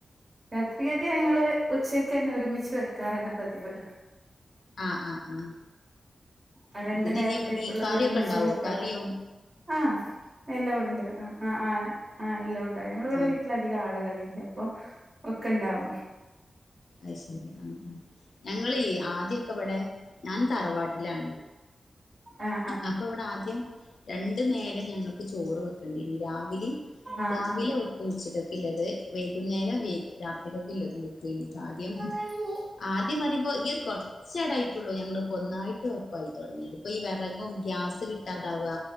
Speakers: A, on the right; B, on the left.
A: <unintelligible> ക്കെ ഞങ്ങള് ഉച്ചക്ക് തന്നെ ഒരുമിച്ച് വെക്കാറാണ് പതിവ്.
B: ആഹ് ആ ആ.
A: ആ രണ്ട്
B: പിന്നെ
A: നേരത്തേക്കുള്ളത്
B: ഇനി മീ കറിയൊക്കെ
A: ഒരുമിച്ച്
B: ഉണ്ടാവോ
A: വെക്കാറ്
B: കറിയോ?
A: ആഹ് എല്ലോം ഉണ്ട്, ആഹ് ആ ആ എല്ലാം ഉണ്ട്, ഞങ്ങള് ഇവിടെ
B: ആ
A: വീട്ടില അ ധിക ആളുകളില്ല അപ്പൊ ഒക്കെ ഇണ്ടാവും.
B: അയ് ശെരി ആഹ് ആ ഞങ്ങളി ആദ്യക്കെ ഇവിടെ ഞാൻ തറവാട്ടിലാണെ
A: ആഹ് ആഹ്
B: അപ്പ ഇവിടെ ആദ്യം രണ്ടു നേരം ഞങ്ങൾക്ക് ചോറ് വെക്കണ്ടേനു രാവിലേം
A: ആഹ്
B: രാവിലെ വെക്കും ഉച്ചക്കൊക്കെ ഉള്ളത്. വൈകുന്നേരം വെ രാത്രിക്കൊക്കെ ഉള്ളതും വെക്കഴഞ്ഞിട്ട് ആദ്യം
A: <inaudible>
B: ആദ്യം പറയുമ്പോ ഈ ഒരു കുറച്ചടായിട്ടുള്ളൂ ഞങ്ങള്പ്പോ ഒന്നായിട്ട് ഒപ്പായി തൊടങ്ങി. ഇപ്പൊയി വെ റകും ഗ്യാസ് കിട്ടാതാവുക